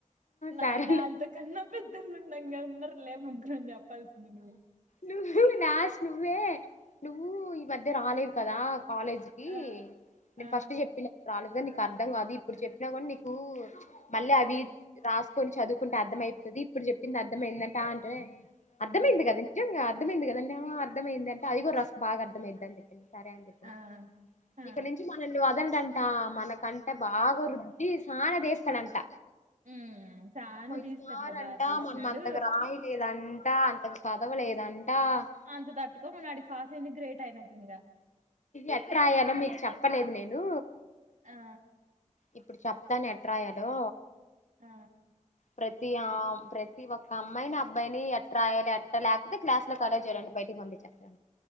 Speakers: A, on the right (about 70°); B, on the left (about 65°).
A: నాయినా
B: సరేలే
A: అంతకన్నా పెద్దలు ఉన్నాం క ఉన్నర్లే ముందు నేను చెప్పాల్సింది చూడు
B: నువ్వు నాస్ నువ్వే నువ్వు ఈ మధ్య రాలేదు కదా కాలేజ్కి
A: ఆ
B: నేను
A: ఆ
B: ఫస్ట్ చెప్పినా రాలేద నీకు అర్థం కాదు ఇప్పుడు చెప్పినా కూడా నీకు మళ్ళీ అవి రాష్ట కొన్ని చదువుకుంటే అర్థం అయితది ఇప్పుడు చెప్పింది అర్థం అయిందా అంటే ఆ అంటే అర్థమేంది
A: ఆ
B: కదా నిజంగా అర్థమైంది కదంట అర్మయింది అంట అది రస బాగా అర్థమయితది చెప్పింది సరే అని చెప్పిన
A: ఆ ఆ
B: ఇక్కడ నుంచి మనల్ని వాల్ చదండంట మనకంట బాగా రుద్ది సానదేస్తాడంట
A: హ్మ్ చానా
B: పయిసార
A: తీస్తాట్లే బాగా
B: అంట
A: తీసినాడు
B: మనం అంతగా రాయలేదంట అంతగా చదవలేదంట
A: అంత తట్టుకో మ అడి ఫాస్ అయింది గ్రేట్ అయినకి ఇంకా
B: ఎట్ రాయలో మీకు చెప్పలేదు నేను
A: ఆ
B: ఇప్పుడు చెప్తాను ఎట్రాయాలో
A: ఆ
B: ప్రతి ఆ ప్రతి ఒక్క అమ్మాయిని అబ్బాయిని ఎట్ట్రా రాయాలి ఎట్ట లేకపోతే క్లాస్ లో కళో చేయడండి బయటికి పంపించస్తా